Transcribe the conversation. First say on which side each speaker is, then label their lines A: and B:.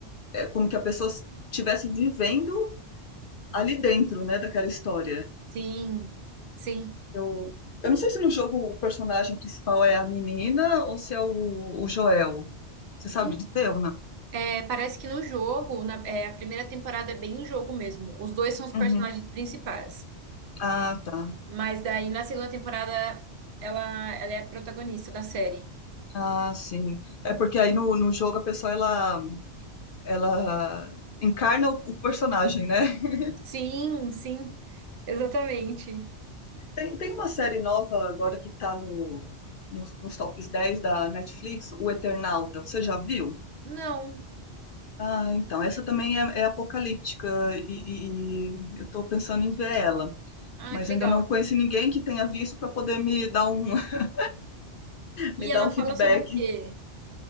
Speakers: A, on the left; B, on the right.
A: é como que a pessoa estivesse vivendo ali dentro, né, daquela história.
B: Sim, sim.
A: Eu, eu não sei se no jogo o personagem principal é a menina ou se é o, o Joel. Você sabe
B: Em-
A: dizer ou não?
B: é, parece que no jogo, na, é, a primeira temporada é bem o jogo mesmo. Os dois são os personagens
A: Uhum.
B: principais.
A: Ah, tá.
B: Mas daí na segunda temporada ela, ela é a protagonista da série.
A: Ah, sim. É porque aí no, no jogo a pessoa ela, ela encarna o, o personagem, né? <laughs>
B: Sim, sim, exatamente.
A: Tem, tem uma série nova agora que tá no, nos, nos tops 10 da Netflix, O Eternauta. Você já viu?
B: Não.
A: Ah, então, essa também é, é apocalíptica e, e- e eu tô pensando em ver ela.
B: Ah,
A: Mas
B: que legal.
A: ainda não conheci ninguém que tenha visto para poder me dar um, <laughs>
B: E
A: me dar
B: ela
A: um feedback.
B: fala sobre o quê?